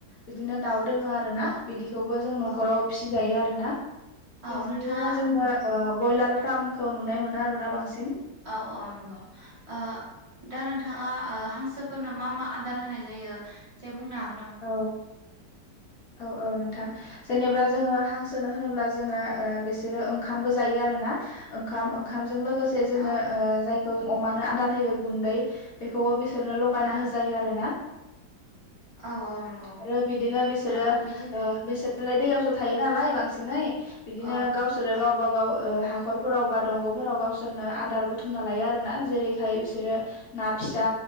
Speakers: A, on the left; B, on the right.
A: बिदिनो दाउ
B: औ
A: दोङो आरो ना बिदि खौबो जों न'खराव
B: औ
A: फिजायो आरो नो ना
B: औ
A: बिदिनो
B: नोंथाङा
A: जोङो ओ बयलार फार्मखौ नुनाय मोनो आरो ना बांसिन
B: औ अ नंग ओ दा नोंथाङा ओ हांसोफोरनो मा मा आ दार होनाय जायो से बुंनो हा
A: औ औ औ नोंथां जेनेबा जोङो हांसोनो होनोब्ला जोङो ओ बिसोरो ओंखामबो जायो आरोना ओंखाम ओंखाम जों लोगोसे जोङो
B: औ
A: ओ जाय खौ अमानो आदार होयो गुन्दै बेखौ बिस सोरनो लगायना
B: औ
A: होजायो आरो ना
B: औ औ नंगौ
A: आरो बिदिनो बिसोरो
B: ओ बिदिनो
A: ओ बिसो लाय दैयावसो थायो नालाय बांसिनै बिदिनो
B: औ
A: गावसोरो
B: औ
A: गावबा गाव ओ हाखर फोराव बा दंग'फोराव गावसोरनो आदार बुथुमना लायो आरो ना जेरैहाय बिसोरो ना फिसा